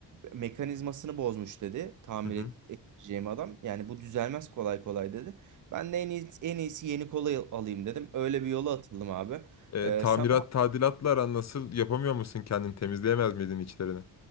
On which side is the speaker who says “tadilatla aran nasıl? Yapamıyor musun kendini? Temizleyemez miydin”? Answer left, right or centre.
Left